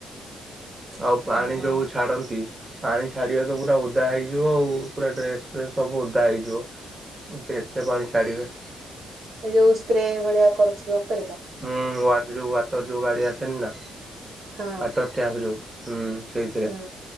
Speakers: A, on the right; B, on the right.
A: ଆଉ ପାଣି
B: ଓହୋ
A: ଯୋଉ ଛାଡନ୍ତି ପାଣି ଛାଡିବା ତ ପୁରା ଓଦା ହେଇଯିବ ଆଉ ପୁରା ଡ୍ରେସ ଫ୍ରେସ ସବୁ ଓଦା ହେଇଯିବ କେ କେତେ ପାଣି ଛାଡିବେ।
B: ଏଇ ଯୋଉ ସ୍ପ୍ରେ ଭଳିଆ କରୁଥିବ। ଉପରେ ତ
A: ହୁଁ ବାଦ ଯୋଉ ବା ମଟର ଯୋଉ ଗାଡି ଆସେନି ନା।
B: ହଁ
A: ଅଟୋ ଟ୍ୟାଙ୍କ ଯୋଉ ହୁଁ। ସେଇଥିରେ
B: ହୁଁ